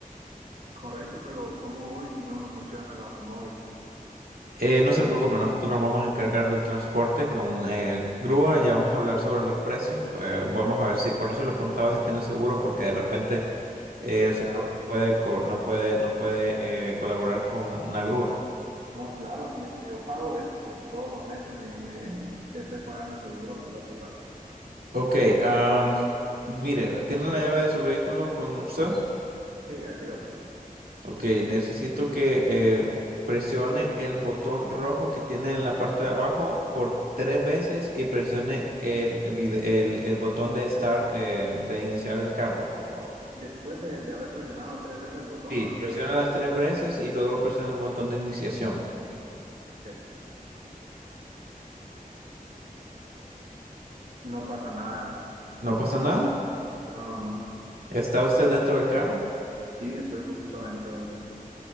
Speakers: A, on the right; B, on the right.
A: Correcto, pero ¿cómo voy si no me funciona el automóvil?
B: Eh, no se preocupe, nosotros nos vamos a encargar del transporte con eh, grúa, ya vamos a hablar sobre los precios, eh, vamos a ver si, por eso le preguntaba si tiene seguro, porque de repente eh,
A: No,
B: el seguro
A: claro.
B: nos puede, co- nos puede, nos puede eh, colaborar con una grúa.
A: No, claro, si es que yo pago eso, pues todos los meses me, me estoy pagando seguro la aseguranza.
B: Ok, am, mire, ¿tiene la llave de su vehículo con usted?
A: Sí, aquí la tengo.
B: Ok, necesito que eh, presione el botón rojo que tiene en la parte de abajo por tres veces y presione el, vide- el, el botón de start, eh, de iniciar el carro, por favor.
A: Después de, de haber presionado tres veces el botón
B: Sí,
A: o al mismo
B: presiona las tres veces y luego presiona el botón de iniciación.
A: tiempo, ok, no pasa nada, hermano.
B: ¿No pasa nada?
A: No, no, no.
B: ¿Está usted dentro del carro?
A: Sí, estoy justo adentro del auto.